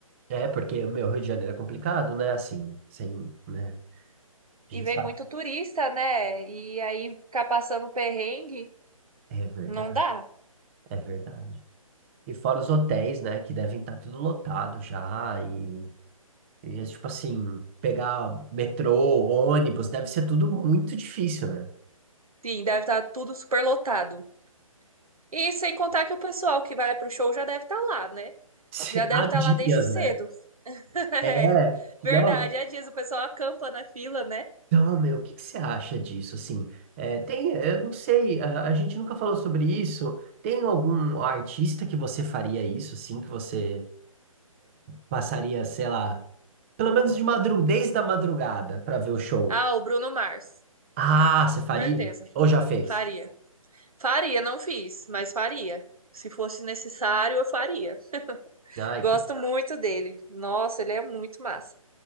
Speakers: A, on the right; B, on the right.
A: é porque, meu, Rio de Janeiro é complicado, né? Assim, sem, né? A
B: E
A: gente
B: vem
A: sabe.
B: muito turista, né? E aí ficar passando perrengue,
A: É verdade,
B: não dá.
A: é verdade. E fora os hotéis, né? Que devem estar tudo lotado já e... E, tipo assim, pegar metrô, ônibus, deve ser tudo muito difícil, né?
B: Sim, deve estar tudo super lotado. E sem contar que o pessoal que vai pro show já deve estar lá, né?
A: Se-
B: Já deve
A: Há
B: estar
A: dias,
B: lá desde cedo.
A: né?
B: <laughs>
A: É,
B: É,
A: não.
B: verdade, é disso. O pessoal acampa na fila, né?
A: Então, meu, o que que você acha disso? Assim, é, tem, eu não sei, a, a gente nunca falou sobre isso. Tem algum artista que você faria isso, assim, que você passaria, sei lá, pelo menos de madru desde a madrugada para ver o show?
B: Ah, o Bruno Mars.
A: Ah, você faria?
B: Certeza.
A: Ou já fez?
B: Faria. Faria, não fiz, mas faria. Se fosse necessário, eu faria.
A: Ai,
B: Gosto
A: que,
B: muito dele. Nossa, ele é muito massa.